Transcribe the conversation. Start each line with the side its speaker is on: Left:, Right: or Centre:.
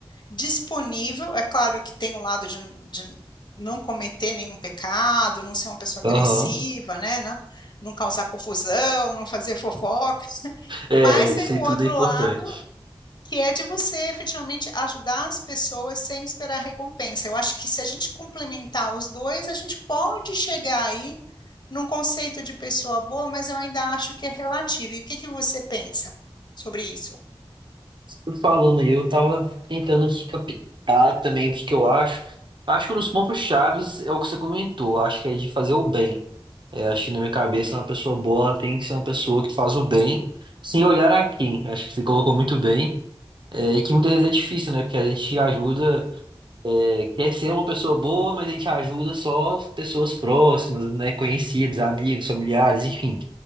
Left: disponível. É claro que tem o lado de, de não cometer nenhum pecado, não ser uma pessoa
Right: Aham.
Left: agressiva, né? Não, não causar confusão, não fazer <laughs> fofoca.
Right: É,
Left: Mas
Right: isso
Left: tem
Right: aí
Left: um
Right: tudo
Left: outro
Right: é importante.
Left: lado que é de você efetivamente ajudar as pessoas sem esperar recompensa. Eu acho que se a gente complementar os dois, a gente pode chegar aí num conceito de pessoa boa, mas eu ainda acho que é relativo. E o que que você pensa sobre isso?
Right: Tu Falando aí, eu tava tentando aqui captar também o que que eu acho. Acho que um dos pontos-chaves é o que você comentou. Acho que é de fazer o bem. É, acho que na minha cabeça, uma pessoa boa ela tem que ser uma pessoa que faz o bem, sem olhar a quem. Acho que você colocou muito bem. É, e que muitas vezes é difícil, né? Porque a gente ajuda, é, quer ser uma pessoa boa, mas a gente ajuda só pessoas próximas, né? Conhecidos, amigos, familiares, enfim.